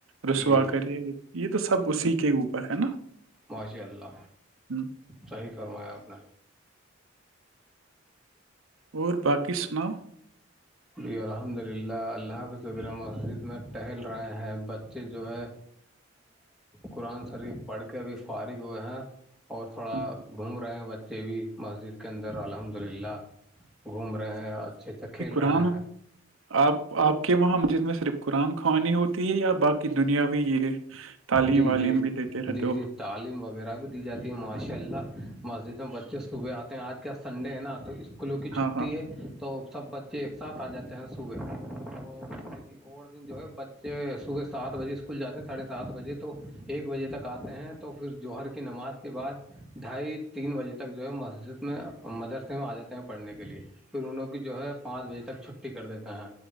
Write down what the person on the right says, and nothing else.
رسوا
کرے یہ تو سب اسی کے اوپر ہے نا
ہوں،
اور باقی سناؤ
ہوں۔
قآ
آپ آپ کے وہاں مسجد میں صرف قرآن خوانی ہوتی ہے یا باقی کی دنیا بھی یہ تعلیم
ولیم
بھی دیتے رہ
تو
ہاں
ہاں